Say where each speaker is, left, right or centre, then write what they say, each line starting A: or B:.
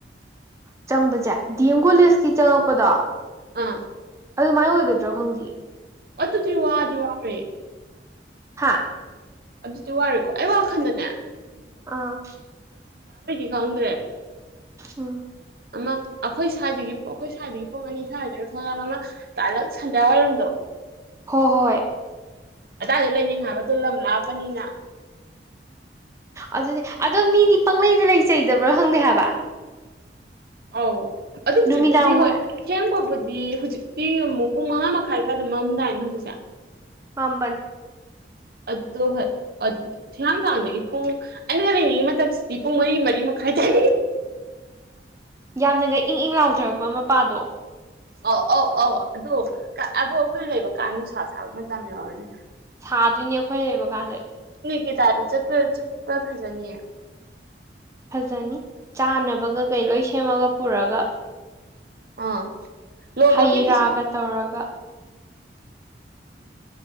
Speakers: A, on the right; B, on the right.
A: ꯆꯪꯕꯁꯦ ꯗꯤ ꯑꯦꯝ ꯀꯣꯂꯦꯖꯀꯤ ꯆꯪꯉꯛꯄꯗꯣ
B: ꯑꯥ
A: ꯑꯗꯨꯃꯥꯏꯅ ꯑꯣꯏꯒꯗ꯭ꯔꯣ ꯈꯪꯗꯌꯦ
B: ꯑꯗꯨ ꯗꯤ ꯋꯥꯗꯤ ꯋꯥꯔꯦ
A: ꯍꯥꯥ
B: ꯑꯗꯨꯗꯤ ꯋꯥꯔꯦꯀꯣ ꯑꯩ ꯋꯥꯈꯜꯗꯅꯦ
A: ꯑꯥ
B: <unintelligible>
A: ꯑ
B: ꯑꯃ ꯑꯩꯈꯣꯏ ꯁ꯭ꯋꯥꯏꯗꯒꯤꯨꯡ ꯑꯩꯈꯣꯏ ꯁ꯭ꯋꯥꯏꯗꯒꯤ ꯄꯨꯡ ꯑꯅꯤ ꯁ꯭ꯋꯥꯏꯗꯒꯤ ꯊꯣꯛꯂꯛꯑꯒ ꯑꯃ ꯇꯥꯂꯛ ꯁꯟꯗ꯭ ꯋꯥꯏꯔꯝꯗꯣ
A: ꯍꯣꯏ ꯍꯣꯏ
B: ꯑꯗꯥꯏꯗ ꯂꯩꯅꯤꯡ ꯍꯥꯏꯕꯗꯣ ꯂꯝ ꯂꯥꯞꯄꯅꯤꯅ
A: ꯑꯗꯨꯗꯤ ꯑꯗꯣ ꯃꯤꯗꯤ ꯄꯪꯂꯩꯗ ꯂꯩꯆꯩꯗꯕ꯭ꯔꯣ ꯈꯪꯗꯦ ꯍꯥꯏꯕ
B: ꯑꯥꯎ ꯑꯗꯨꯖꯤꯄꯗꯤ
A: ꯅꯨꯃꯤꯗꯥꯡ
B: ꯍꯣꯏ
A: ꯋꯥꯏ
B: ꯀꯦꯝ ꯄꯕꯨ ꯗꯤ ꯍꯧꯖꯤꯛꯇꯤ ꯑꯃꯨꯛ ꯄꯨꯡ ꯃꯉꯥ ꯃꯈꯥꯏ ꯁ꯭ꯋꯥꯏꯗ ꯃꯃꯝꯗꯥꯏꯅꯦ ꯍꯧꯖꯤꯛꯁꯦ
A: ꯄꯥꯡꯝꯕꯟ
B: ꯑꯣ ꯍꯣꯏ ꯊꯤꯌꯥꯝꯡꯊꯥꯡꯗꯒꯤ ꯄꯨꯡ ꯑꯉꯣꯟꯩꯅ ꯂꯩꯅꯤꯡꯉꯤ ꯃꯇꯝꯁꯤꯗꯤ ꯄꯨꯡ ꯃꯔꯤ ꯃꯔꯤ ꯃꯈꯥꯏ ꯇꯥꯏ
A: ꯌꯥꯝꯅꯒ ꯏꯪ ꯏꯪ ꯂꯥꯎꯊꯔꯛꯄ ꯃꯄꯥꯗꯣ
B: ꯑ ꯑꯧ ꯑꯧ ꯑꯗꯨꯗ ꯑꯗꯣ ꯑꯩꯈꯣꯏꯅ ꯂꯩꯕ ꯀꯥ ꯅꯨꯡꯁꯥ ꯁꯥꯕ ꯃꯇꯝ ꯌꯥꯎꯔꯅꯤ
A: ꯁꯥꯗꯣꯏꯅꯦ ꯑꯩꯈꯣꯏ ꯂꯩꯕ ꯀꯥꯟꯗꯗꯤ
B: <inaudible> ꯇꯥꯗ ꯆꯠꯄ ꯆꯠꯄ ꯐꯖꯅꯤꯌꯦ
A: ꯐꯖꯅꯤ ꯆꯥꯅꯕꯒ ꯀꯩ ꯂꯣꯏ ꯁꯦꯝꯃꯒ ꯄꯨꯔꯒ-
B: ꯑꯥ ꯂꯣ
A: ꯍꯩ
B: ꯕꯖꯦꯠꯇ
A: ꯔꯥꯒ
B: ꯁꯤꯟꯕ
A: ꯇꯧꯔꯒ